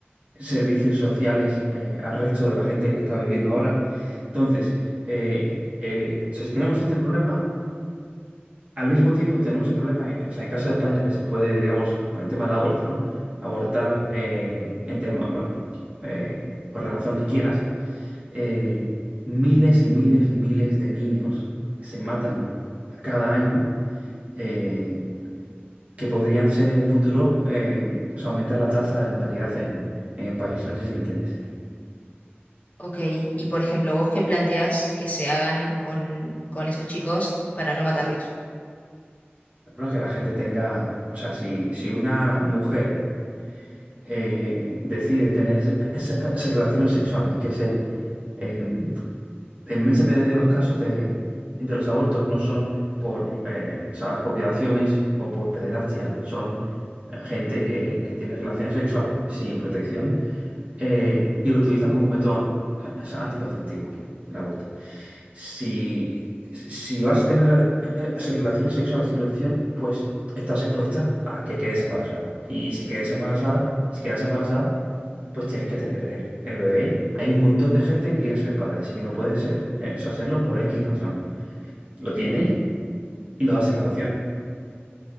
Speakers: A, on the right (about 35°); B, on the left (about 35°).
A: servicios sociales eh, al resto de la gente que está viviendo ahora. Entonces, eh, eh, o sea, si tenemos este problema, al mismo tiempo tenemos el problema, eh, o sea, en el caso de España, que se puede, digamos, con el tema del aborto, ¿no? Abortar eh, en tema, bueno, eh, por la razón que quieras, eh, miles y miles y miles de niños se matan cada año. eh, que podrían ser en un futuro, eh, o sea, aumentar la tasa de natalidad en, en el país. No sé si me entiendes.
B: Ok, y por ejemplo, ¿vos qué planteás que se hagan con, con esos chicos para no matarlos?
A: No es que la gente tenga, o sea, si, si una mujer eh, decide tener es- es- relaciones sexuales, que es en eh, la inmensa mayoría de los casos de, de los abortos no son por, eh, ¿sabes?, por violaciones o por pederastia, son eh, gente que, que tiene relaciones sexuales sin protección eh, y lo utiliza como un método eh, anticonceptivo, el aborto. Si, si vas a tener eh, eh, relaciones sexuales sin protección, pues estás expuesta a que quedes embarazada. Y si quedes embarazada, si quedas embarazada, pues tienes que tener el, el bebé. Hay un montón de gente que quiere ser padre, así que no puede ser, eh, eso hacerlo por X razón. Lo tienes y lo das en adopción.